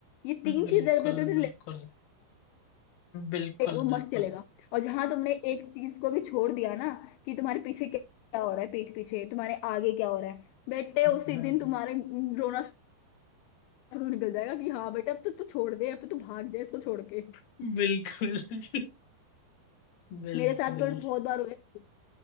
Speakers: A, on the left; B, on the left.
A: ये तीन
B: हम्म, बिल्कुल
A: चीजें अगर तुम
B: बिल्कुल बिल्कुल
A: चलेगा, वो मस्त
B: बिल्कुल
A: चलेगा और जहां तुमने एक चीज को भी छोड़ दिया ना कि तुम्हारे पीछे क्या क्या हो रहा है पीठ पीछे तुम्हारे आगे क्या हो रहा है बेटे
B: हम्म,
A: उसी
B: हम्म,
A: दिन तुम्हारे रोना शुरू निकल जाएगा कि हाँ बेटा अब तो तू छोड़ दे अब तो तू भाग जाए इसको छोड़ के
B: हम्म, बिल्कुल <laughs> बिल्कुल
A: मेरे साथ पर बहुत बार हुआ है।